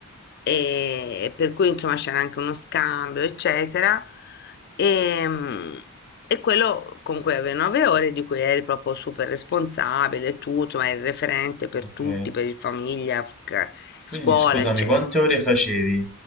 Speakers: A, on the left; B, in the centre.
A: e per cui insomma c'era anche uno scambio, eccetera. E, mm, e quello con cui avevi 9 ore, di cui eri proprio super responsabile, tu, insomma, eri il referente per
B: ok.
A: tutti, per il famiglia, f- scuola,
B: Quindi scusami,
A: eccetera.
B: quante ore facevi